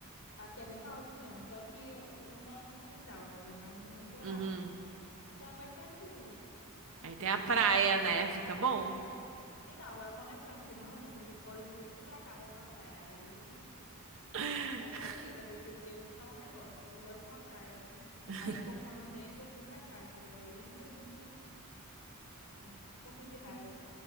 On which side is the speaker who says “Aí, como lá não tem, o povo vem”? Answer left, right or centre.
Left